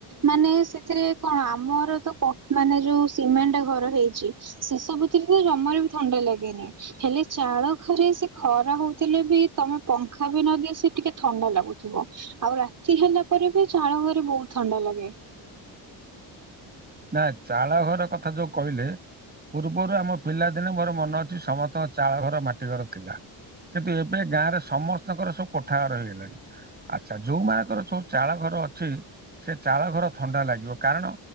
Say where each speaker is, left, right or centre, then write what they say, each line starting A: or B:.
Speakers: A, on the right; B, on the right.
A: ମାନେ ସେଥିରେ କଣ ଆମର ତ ମାନେ ଯୋଉ ସିମେଣ୍ଟ ଘର ହେଇଛି ସେ ସବୁ ସେଥି ତ ଜମାରେ ବି ଥଣ୍ଡା ଲାଗେନି ହେଲେ ଚାଳ ଘରେ ସେ ଖରା ହଉଥିଲେ ବି ତମେ ପଙ୍ଖା ବି ନଦିଏ ସି ଟିକେ ଥଣ୍ଡା ଲାଗୁଥିବ ଆଉ ରା ତି ହେଲା ପରେ ବି ଚାଳ ଘରେ ବହୁତ ଥଣ୍ଡା ଲାଗେ।
B: ନା ଚାଳ ଘର କଥା ଯୋଉ କହିଲେ ପୂର୍ବରୁ ଆମ ପିଲା ଦିନେ ମୋର ମନେ ଅଛି ସମସ୍ତଙ୍କ ଚାଳ ଘର ମାଟି ଘର ଥିଲା କିନ୍ତୁ ଏବେ ଗାଁରେ ସମସ୍ତ ତାଙ୍କର ସବୁ କୋଠା ଘର ହେଇଗଲାଣି। ଆଛା ଯୋଉ ମାଙ୍କର ଯୋଉ ଚାଳ ଘର ଅଛି ସେ ଚାଳ ଘର ଥଣ୍ଡା ଲାଗିବ କାରଣ